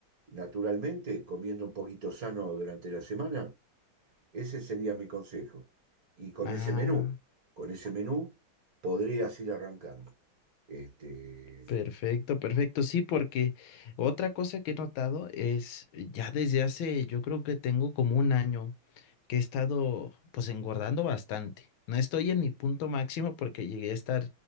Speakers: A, on the right; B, on the left.
A: naturalmente, comiendo un poquito sano durante la semana, ese sería mi consejo. Y con
B: Ah.
A: ese menú, con ese menú podrías ir arrancando. Este,
B: Perfecto, perfecto. Sí, porque otra cosa que he notado es eh, ya desde hace, yo creo que tengo como un año que he estado pues engordando bastante. No estoy en mi punto máximo porque llegué a estar